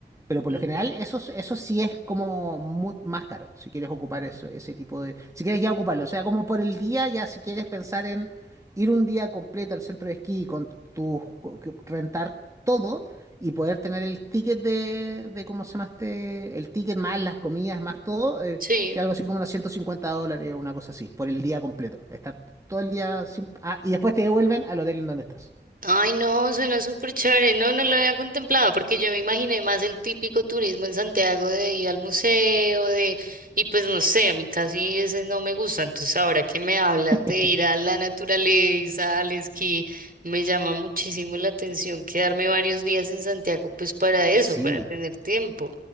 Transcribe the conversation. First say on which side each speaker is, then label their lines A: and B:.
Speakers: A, on the right; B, on the right.
A: Pero por
B: mm,
A: lo general, eso, eso sí es como mu- más caro, si quieres ocupar eso, ese tipo de... Si quieres ya ocuparlo, o sea, como por el día, ya si quieres pensar en ir un día completo al centro de esquí con tu, co- que- rentar todo y poder tener el ticket de, de ¿cómo se llama este? El ticket más las comidas, más todo, eh,
B: Sí.
A: sea algo así como unos 150 dólares, una cosa así, por el día completo. Estar todo el día sin... Ah, y después te devuelven al hotel en donde estás.
B: Ay, no, suena súper chévere. No, no lo había contemplado porque yo me imaginé más el típico turismo en Santiago de ir al museo, de... Y pues no sé, a mí casi ese no me gusta. Entonces ahora que me hablas
A: <laughs>
B: de ir a la naturaleza, al esquí, me llama muchísimo la atención quedarme varios días en Santiago, pues para eso,
A: Sí.
B: para tener tiempo.